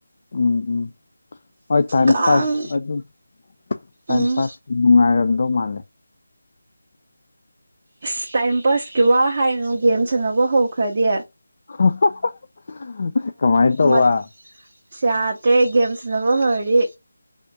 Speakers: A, on the left; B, on the right.
A: ꯎꯝ ꯎꯝ ꯍꯣꯏ ꯇꯥꯏꯝ
B: ꯀꯥꯡ
A: ꯄꯥꯁ ꯑꯗꯨꯝ ꯇꯥꯏꯝ
B: ꯎꯝ
A: ꯄꯥꯁꯀꯤ ꯅꯨꯡꯉꯥꯏꯔꯝꯗꯧ ꯃꯥꯜꯂꯦ
B: ꯑꯁ ꯇꯥꯏꯝ ꯄꯥꯁꯀꯤ ꯋꯥ ꯍꯥꯏꯅꯨ ꯒꯦꯝ ꯁꯥꯟꯅꯕ ꯍꯧꯈ꯭ꯔꯗꯤ
A: <unintelligible> ꯀꯃꯥꯏ ꯇꯧꯕ
B: ꯃꯠ ꯌꯥꯗ꯭ꯔꯦ ꯒꯦꯝ ꯁꯟꯅꯕ ꯍꯧꯔꯗꯤ